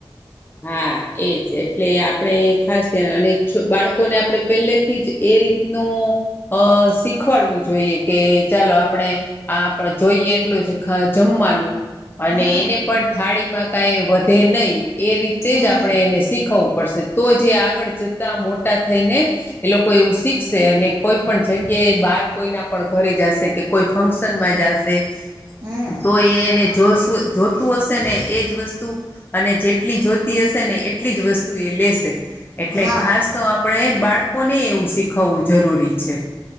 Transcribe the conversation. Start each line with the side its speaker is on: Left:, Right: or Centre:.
Left: હા. એજ એટલે આપણે ખાસ ધ્યાન અને બાળકોને આપણે પહેલેથી જ એ રીતનું અ શીખવાડવું જોઈએ કે ચાલો આપણે આ આપડ જોઈએ એટલું જ જમવાનું અને
Right: હમ
Left: એને પણ થાળી માં કાઈ વધે નહી એ રીતે
Right: હમ
Left: જ આપણે એને શીખ ખવું પડશે તો જે આગળ જતા મોટા થઈને એ લોકો એવું શીખશે અને કોઈ પણ જગ્યાએ બાર કોઈના પણ ઘરે જશે કે કોઈ ફંક્શનમાં જશે.
Right: હમ
Left: તો એ એને જો જોતું હશે ને એજ વસ્તુ અને જે એટલી જોતી હશે ને એટલી જ વસ્તુ એ લેશે. એટલે
Right: હા
Left: ખાસ તો આપણે બાળકોને એવું શીખવવું જરૂરી છે.